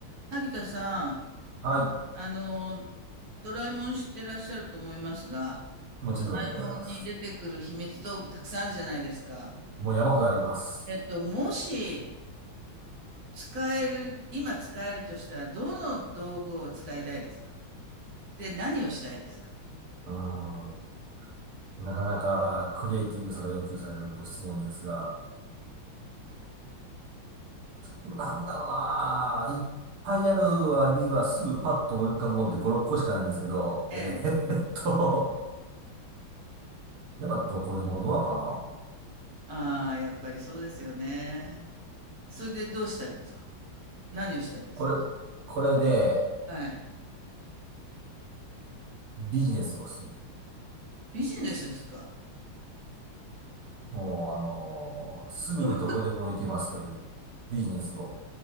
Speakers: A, on the right; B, on the right.
A: 萩田さん、
B: はい。
A: あの、ドラえもん知ってらっしゃると思いますが、
B: もちろんでございます。
A: ドラえもんに出てくる秘密道具たくさんあるじゃないですか。
B: もう山ほどあります。
A: えっと、もし使える、今使えるとしたら、どの道具を使いたいですかで、何をしたいですか
B: うーん。なかなかクリエイティブさが要求されるご質問ですが、なんだろうなぁ。いっぱいある割にはすぐパッと思い浮かぶもんって5、6個しかないんですけど、
A: ええ。
B: えーっと、やっぱどこでもドアかな。
A: ああ、やっぱりそうですよね。それでどうしたいですか何をしたいんですか
B: これ、これで
A: はい。
B: ビジネスをする。
A: ビジネスですか
B: もう、あのーすぐにどこでも行けますというビジネスを
A: どう